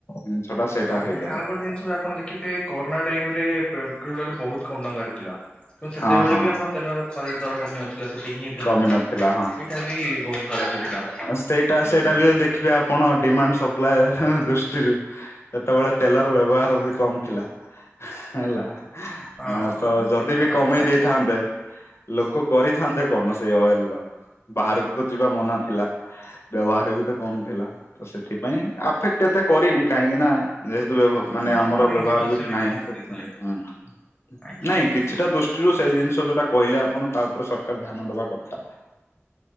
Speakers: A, on the left; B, on the left.
A: ଜିନିଷ ଟା ସେଇଟା
B: ହଁ
A: ହେଇଯାଏ
B: ଭାଇ ଆଉ ଗୋଟେ ଜିନିଷ ବି ଆପଣ ଦେଖିଥିବେ, ଏଇ କରୋନା ଟାଇମରେ ପୁ-ପେଟ୍ରୋଲ ବହୁତ କମ <unintelligible> ଥିଲା। ତ ସେତେବେଳେ
A: ହଁ ହଁ
B: ବି ଆମର ତେଲ କରେଣ୍ଟ ଦର କମି ନଥିଲା, ସେତିକି ହିଁ ରେ ଥିଲା,
A: କମି ନଥିଲା
B: ଏଇଟା ବି ବହୁତ ଖରାପ ହେଇଥିଲା।
A: ହଁ, ସେଇଟା
B: ଆଜ୍ଞା।
A: ସେଇଟା ବି ଯଦି ଦେଖିବେ ଆପଣ, ଡିମାଣ୍ଡ ସପ୍ଲାଏ ହିଁ, ହିଁ ଦୃଷ୍ଟିରୁ ସେତେବେଳେ ତେଲର ବ୍ୟବହାର ବି କମ ଥିଲା, ହେଲା।
B: ହଁ
A: ଆ ତ ଯଦି
B: ସେ ସଦା
A: ବି କମେଇ
B: କଥା
A: ଦେଇଥାନ୍ତେ ଲୋକ କରିଥାନ୍ତେ କଣ ସେଇ ଅଏଲର? ବାହାରକୁ ତ ଯିବା ମନା ଥିଲା। ବ୍ୟବହାର ବି ତ କମ ଥିଲା, ତ ସେଥିପାଇଁ ଆଫେକ୍ଟ ଏତେ କରିନି, କାହିଁକିନା ଯେହେତୁ ବ୍ୟବ ମାନେ
B: ହଁ ଲୋକମାନେ
A: ଆମର ବ୍ୟବହାର
B: ଯିବା ଆସିବା
A: ବି ନାହିଁ,
B: କମ କରିଦେଇଥିଲେ
A: ସେଥିପାଇଁଁ ହୁଁ।
B: ଆଜ୍ଞା
A: ନାଇଁ
B: ଆଜ୍ଞା
A: କିଛିଟା ଦୁଷ୍ ଦୃଷ୍ଟିରୁ ସେ ଜିନିଷ ଯୋଉଟା କହିଲେ ଆପଣ ତା ଉପରେ ସରକାର ଧ୍ୟାନ ଦବା କଥା।